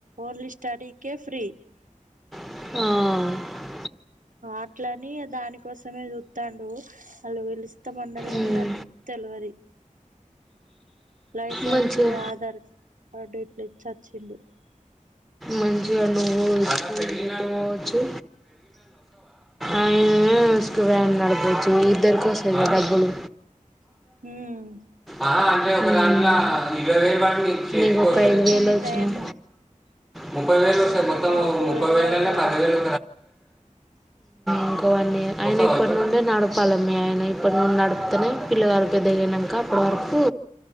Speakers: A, on the right (about 70°); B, in the centre.
A: ఓన్లీ స్టడీకే ఫ్రీ
B: ఆ
A: అట్లని దానికోసమే చూస్తాండు వాళ్ళు పిలుస్తా మన్నారు గాని
B: ఉమ్,
A: తెలివది లైసెన్సు
B: మంచిగా
A: ఆధార్ అడేటలే ఇచ్చి వచ్చిండు
B: మంచిగా నువ్వు స్కూల్ కి పోవచ్చు ఆయనవ్యాన్ నడపవచ్చు ఇద్దరి కోసమెకదా డబ్బులు
A: ఉమ్
B: ఆ అంటే ఒక దాంట్లా ఇరవై వేలు పడింది నీకొక
A: దేనికైనా
B: ఐదువేలు వచ్చినాయి
A: టైం
B: ముప్పై వేలు వస్తాయ్
A: ఇంకా
B: మొత్తం
A: బాబు
B: ముప్పై
A: పెరగాలి
B: వేల ల్లా
A: కదా
B: పది వేలు ఇంకోవన్నీ వన్ ఇయర్ ఆయన ఇప్పటి నుండే నడపాల మీ ఆయన ఇప్పటి నుండి నడుపుతనే పిల్లవారి పెద్దగనాక అప్పటి వరకు